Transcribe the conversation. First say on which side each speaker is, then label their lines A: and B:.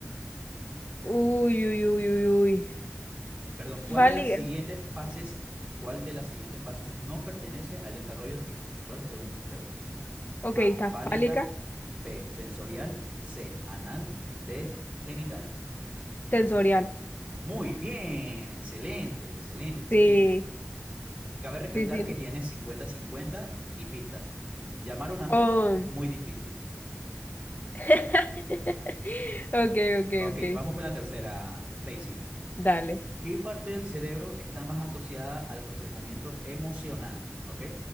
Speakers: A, on the left; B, on the right.
A: Uy, uy, uy, uy, uy.
B: Perdón, ¿cuál
A: Fálica.
B: de las siguientes fases, cuál de las siguientes fases no pertenece al desarrollo psicosexual según Freud?
A: Ok,
B: A.
A: está
B: Fálica.
A: fálica,
B: B. Sensorial. C. Anal. D. Genital.
A: sensorial.
B: Muy bien, excelente, excelente, excelente.
A: Sí,
B: Cabe recalcar
A: sí, sí.
B: que tiene cincuenta cincuenta y pistas. Llamar a un amigo,
A: Oh.
B: muy difícil.
A: <laughs> Ok, ok,
B: Ok,
A: ok.
B: vamos con la tercera, Stacy.
A: Dale.
B: ¿Qué parte del cerebro está más asociada al procesamiento emocional? ¿Ok?